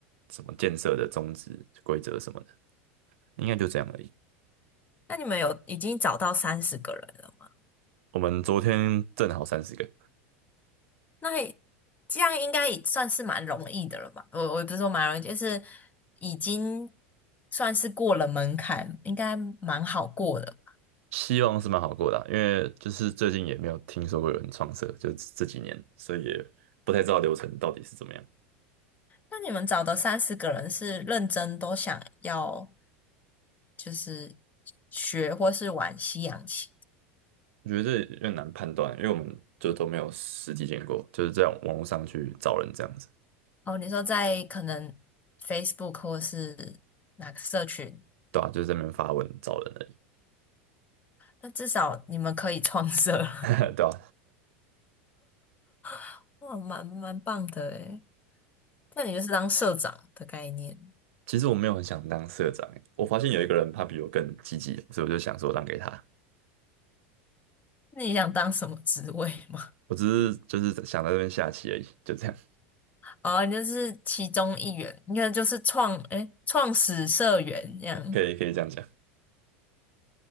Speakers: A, on the right; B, on the left.
A: 什么建设的宗旨、规则什么的，应该就这样而已。
B: 那你们有已经找到三十个人了吗？
A: 我们昨天正好三十个，
B: 那也这样应该也算是蛮容易的了吧？我我也不是说蛮容易，就是已经算是过了门槛，应该蛮好过的。
A: 希望是蛮好过的啊因为就是最近也没有听说过有人创社，就这几年，所以也不太知道流程到底是怎么样。
B: 那你们找的三十个人是认真都想要就是学或是玩西洋棋
A: 我觉得这有点难判断啊，因为我们就都没有实际见过，就是在网络上去找人这样子，
B: 哦？你说在可能 Facebook 或是哪个社群，
A: 对啊？就是在那边发文找人而已，
B: 那至少你们可以创社，
A: <laughs> 对啊？
B: <laughs> 哇，蛮蛮棒的诶。那你就是当社长的概念。
A: 其实我没有很想当社长欸我发现有一个人他比我更积极，所以我就想说让给他。
B: 那你想当什么职位吗？
A: 我只是就是想在这边下棋而已，就这样，
B: 哦，你就是其中一员，应该就是创，诶，创始社员这样。
A: 可以可以这样讲，